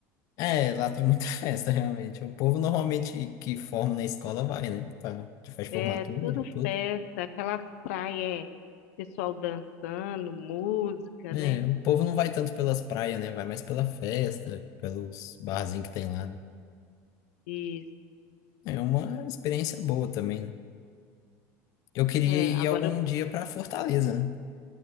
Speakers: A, on the left; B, on the left.
A: É, lá tem muita <laughs> festa, realmente. O povo normalmente que forma na escola vai, né? Pra, de festa de formatura
B: É tudo
A: e tudo.
B: festa, aquelas praias, pessoal dançando, música,
A: É,
B: né?
A: o povo não vai tanto pelas praias, né? Vai mais pela festa, pelos barzinhos que tem lá, né?
B: E
A: É uma experiência boa também, né? Eu queria
B: é,
A: ir
B: agora
A: algum dia pra Fortaleza, né?